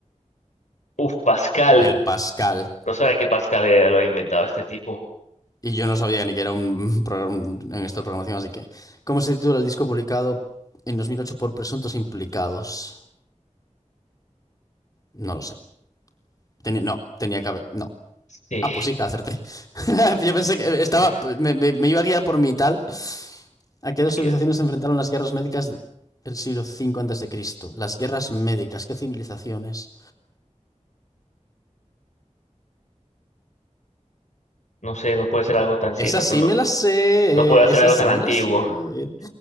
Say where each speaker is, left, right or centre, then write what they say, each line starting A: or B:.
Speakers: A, on the left; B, on the left.
A: Uf, Pascal.
B: el Pascal.
A: No sabía que Pascal era- lo había inventado este tipo.
B: Y yo no sabía ni que era un, programa en esto de programación, así que... ¿Cómo se titula el disco publicado en 2008 por presuntos implicados? No lo sé. Teni- no, tenía que haber... No.
A: Sí.
B: Ah, pues sí, acerté. <laughs> Yo pensé que estaba...
A: Uf,
B: Me, me- me iba a guiar por mi tal. ¿A qué dos
A: aquí
B: civilizaciones
A: es-
B: se enfrentaron las guerras médicas del siglo cinco antes de Cristo? Las guerras médicas, ¿qué civilizaciones?
A: No sé, no puede ser algo tan... Sí,
B: Esas
A: exacto,
B: sí
A: no.
B: me las sé,
A: No puede ser
B: esas
A: algo
B: sí
A: tan antiguo.
B: me las sé.